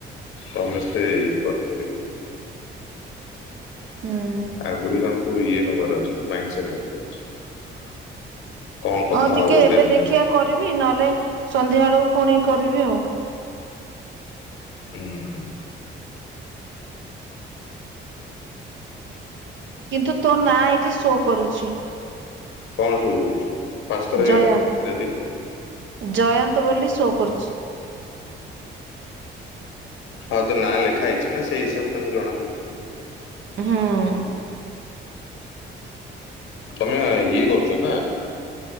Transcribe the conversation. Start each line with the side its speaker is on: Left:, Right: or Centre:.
Left: ସମସ୍ତେଇ କରପିବେ
Right: ହୁଁ
Left: ଆଗରୁ ତାଙ୍କୁ ଇଏ ହବାର ଅଛି ମାଇଣ୍ଡ ସେଟ ଅଫ ହବାର ଅଛି କଣ କଥା
Right: ହଁ ଟିକେ
Left: ହବ
Right: ଏବେ
Left: ଟେନ୍
Right: ଦେଖିବା
Left: ମିନିଟ୍ସ
Right: କରିବି ନହେଲେ ସନ୍ଧ୍ୟାବେଳକୁ ପୁଣି କରିବି ଆଉ
Left: ହୁଁ ହୁଁ
Right: କିନ୍ତୁ ତୋ ନା ଏଠି ଶୋ କରୁଛି
Left: କଣ ସବୁ କରୁଛୁ ପାଞ୍ଚ ଥର
Right: ଜୟନ୍ତ
Left: ହେଇଗଲା ନା ତିନି ଥର
Right: ଜୟନ୍ତ ବୋଲି ଶୋ କରୁଛି
Left: ହଁ ତ ନାଁ ଲେଖା ହେଇଛି ନା ସେଇ ହିସାବରେ ତାଙ୍କୁ ଜଣା ପଡୁଥିବ
Right: ହଁ
Left: ତମେ ଇଏ କରୁଛ ନା